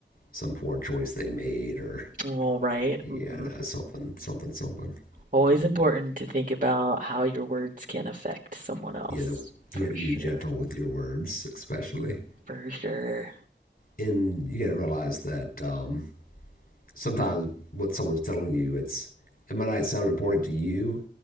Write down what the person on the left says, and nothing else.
some poor choice they made or,
yeah,
no, something, something, something. <laughs>
Yeah. The,
you have to
be gentle with your words, especially.
And you got to realize that um, sometimes what someone's telling you, it's it might not sound important to you,